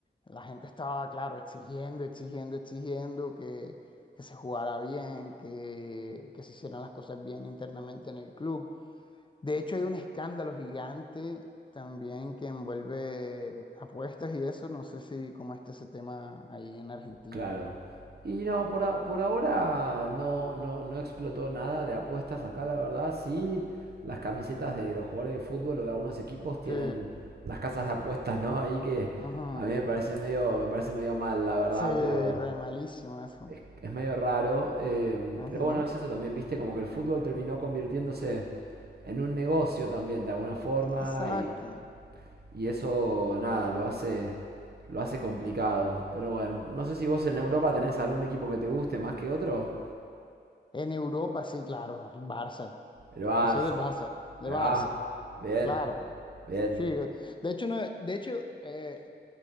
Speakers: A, on the left (about 25°); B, on the right (about 60°).
A: La gente estaba, claro, exigiendo, exigiendo, exigiendo que, que se jugara bien, que, que se hicieran las cosas bien internamente en el club. De hecho, hay un escándalo gigante también que envuelve apuestas y eso, no sé si cómo está ese tema ahí en Argentina.
B: Claro. Y no, por, a- por ahora no, no, no explotó nada de apuestas acá, la verdad. Sí, las camisetas de los jugadores de fútbol o de algunos equipos tienen
A: Sí,
B: las casas de apuestas, ¿no? Ahí que
A: ujú,
B: a mí me parece medio, me parece medio mal, la verdad,
A: Sí,
B: pero
A: re malísimo eso.
B: es, es medio raro. eh,
A: ujú.
B: pero bueno, es eso también, viste, como que el fútbol terminó convirtiéndose en un negocio también, de alguna forma,
A: Exacto.
B: y y eso, nada, lo hace, lo hace complicado. Pero bueno, no sé si vos en Europa tenés algún equipo que te guste más que otro.
A: En Europa, sí, claro, no, el Barça.
B: El Barça.
A: Yo soy del Barça, del
B: Ahí
A: Barça,
B: va. Bien.
A: claro.
B: Bien.
A: Sí, eh, de hecho, no, de hecho eh,